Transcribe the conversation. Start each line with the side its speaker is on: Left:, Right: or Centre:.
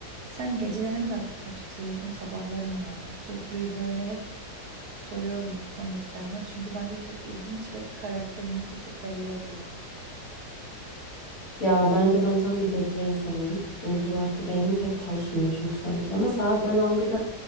Right: Sen geceleri mi daha çok seviyorsun, sabahları mı ya? Bu soruyu böyle hep soruyorum tanıdıklarıma çünkü bence çok ilginç ve karakterimizi bir tık belli ediyor.
Left: Ya bence ben tam bir gece insanıyım. Gündüz vakti beynim pek çalışmıyor çünkü sanki. Ama saat böyle on birden